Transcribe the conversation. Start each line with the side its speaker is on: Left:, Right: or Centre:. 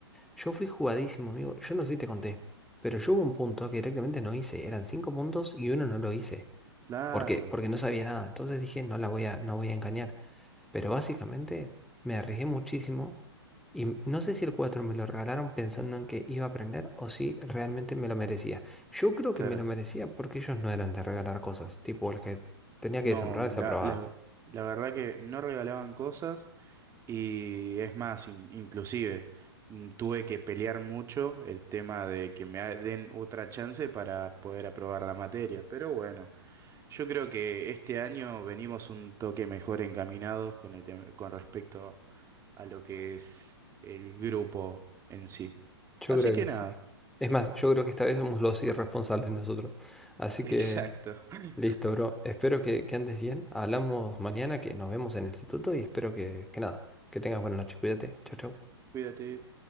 Centre: Yo fui jugadísimo, amigo. Yo no sé si te conté, pero yo hubo un punto que directamente no hice. Eran cinco puntos y uno no lo hice.
Right: claro,
Centre: ¿Por qué? Porque no sabía nada. Entonces dije, no la voy a, no voy a engañar. Pero básicamente me arriesgué muchísimo y m- no sé si el 4 me lo regalaron pensando en que iba a aprender o si realmente me lo merecía. Yo creo
Right: claro.
Centre: que me lo merecía porque ellos no eran de regalar cosas. Tipo, el que tenía que
Right: No,
Centre: desaprobar, desaprobaba.
Right: la, la, la verdad que no regalaban cosas y es más, in- inclusive mm, tuve que pelear mucho el tema de que me ha- den otra chance para poder aprobar la materia. Pero bueno, yo creo que este año venimos un toque mejor encaminados con el tema- con respecto a lo que es el grupo en sí.
Centre: Yo
Right: Así
Centre: creo
Right: que
Centre: que
Right: nada.
Centre: sí. Es más, yo creo que esta vez somos los irresponsables nosotros. Así
Right: Exacto.
Centre: que...
Right: <laughs>
Centre: Listo, bro. Espero que, que andes bien. Hablamos mañana, que nos vemos en el instituto y espero que, que nada, que tengas buena noche. Cuídate. Chau, chau.
Right: Cuídate.